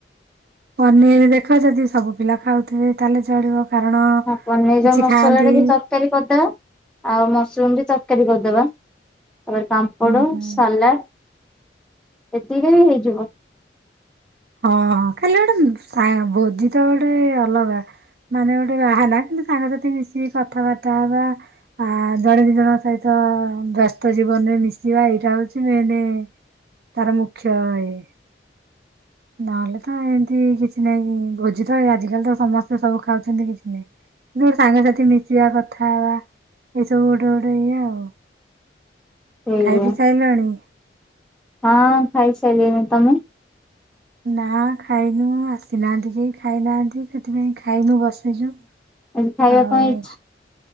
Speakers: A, on the right (about 55°); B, in the centre.
A: ପନିର ଦେଖଛନ୍ତି ସବୁ ପିଲା ଖାଉଥିବେ ତାହେଲେ ଚଳିବ କାରଣ
B: ହଁ ପନିର
A: କିଛି
B: ମସଲା
A: ଖାଆନ୍ତି।
B: ଟିକେ ତରକାରୀ କରିଦବା। ଆଉ ମସରୁମ ବି ତରକାରୀ କରିଦବା ତାପରେ ପାମ୍ପଡ,
A: ହୁଁ ହୁଁ
B: ସାଲାଡ। ସେତିରେ ବି ହେଇଯିବ।
A: ହଁ ହଁ ଖାଲି ଗୋଟେ ଭୋଜି ତ ଗୋଟେ ଅଲଗା ମାନେ ଗୋଟେ ବାହାନା କିନ୍ତୁ ସାଙ୍ଗସାଥି ମିଶିକି କଥାବାର୍ତ୍ତା ହବା ଆ ଜଣେ ଦି ଜଣଙ୍କ ସହିତ ବ୍ୟସ୍ତ ଜୀବନରେ ମିଶିବା ଏଇଟା ହଉଛି ମ ମନେ ତାର ମୁଖ୍ୟ ଇଏ। ନହେଲେ ତ ଏମିତି କିଛି ନାଇଁ ଭୋଜି ତ ଆଜିକାଲି ତ ସମସ୍ତେ ସବୁ ଖାଉଛନ୍ତି କିଛି ନାଇଁ। କିନ୍ତୁ ଗୋଟେ ସାଙ୍ଗସାଥି ମିଶିବା କଥା ହେବା ଏଇସବୁ ଗୋଟେ ଗୋଟେ ଇଏ ଆଉ।
B: ସେଇଆ
A: ଖାଇବି ସାଇଲାଣି?
B: ହଁ ଖାଇସାରିଲିଣି ତମେ?
A: ନା ଖାଇନୁ ଆସିନାହାନ୍ତି କେହି ଖାଇନାହାନ୍ତି ସେଥିପାଇଁ ଖାଇନୁ ବସିଛୁ।
B: ଆ ଖାଇବା
A: ଆଉ
B: କ ହେଇଚି?